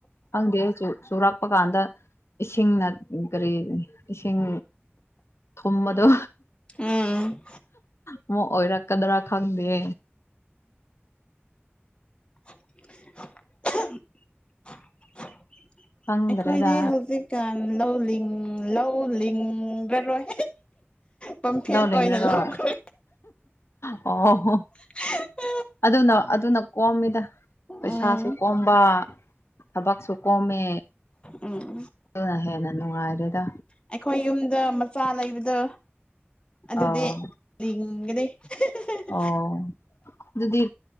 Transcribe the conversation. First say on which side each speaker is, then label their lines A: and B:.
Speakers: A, on the left (about 85°); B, on the left (about 25°).
A: ꯈꯪꯗꯦ ꯆꯨꯔꯛꯄ ꯀꯥꯟꯗ ꯏꯁꯤꯡꯅ ꯀꯔꯤ ꯏꯁꯤꯡ ꯊꯨꯝꯕꯗꯣ
B: ꯎꯝ
A: ꯑꯃꯨꯛ ꯑꯣꯏꯔꯛꯀꯗ꯭ꯔ ꯈꯪꯗꯦ
B: <unintelligible>
A: ꯈꯪꯗ꯭ꯔꯦꯗ
B: ꯑꯩꯈꯣꯏꯗꯤ ꯍꯧꯖꯤꯛꯀꯥꯟ ꯂꯧ ꯂꯤꯡ ꯂꯧ ꯂꯤꯡ ꯒꯔꯣꯏ ꯄꯝꯐꯦꯟ
A: ꯂꯧ ꯂꯤꯡꯉꯔꯣꯏ
B: ꯑꯣꯏꯅ ꯂꯧꯈ꯭ꯔꯦ
A: ꯑꯣ
B: <unintelligible>
A: ꯑꯗꯨꯅ ꯑꯗꯨꯅ ꯀꯣꯝꯅꯤꯗ
B: ꯎꯝ
A: ꯄꯩꯁꯥꯁꯨ ꯀꯣꯝꯕ ꯊꯕꯛꯁꯨ ꯀꯣꯝꯃꯦ
B: ꯎꯝ
A: ꯑꯗꯨꯅ ꯍꯦꯟꯅ ꯅꯨꯡꯉꯥꯏꯔꯦꯗ
B: ꯑꯩꯈꯣꯏ ꯌꯨꯝꯗ ꯃꯆꯥ ꯂꯩꯕꯗꯣ ꯑꯗꯨꯗꯤ
A: ꯑꯧ
B: ꯂꯤꯡꯒꯅꯤ <unintelligible>
A: ꯑꯣ ꯑꯗꯨꯗꯤ